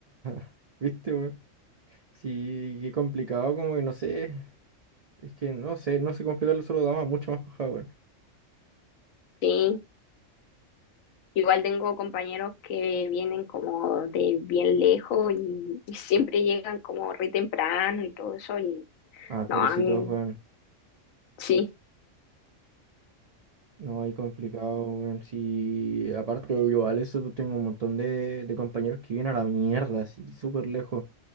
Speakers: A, on the right; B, on the left.
A: <laughs> ¿viste, weón? Sí, qué complicado, como que no sé. Es que no sé, no sé cómo explicarlo, solo da más- mucho más paja, weón.
B: Sí. Igual tengo compañeros que vienen como de bien lejos y, y siempre llegan como re temprano y todo eso. Y
A: Ah, pobrecitos,
B: no, a mí
A: weón.
B: sí,
A: No, hay complicado, weón. Sí, aparte yo, al eso pues, tengo un montón de, de compañeros que vienen a la mierda, así, súper lejos.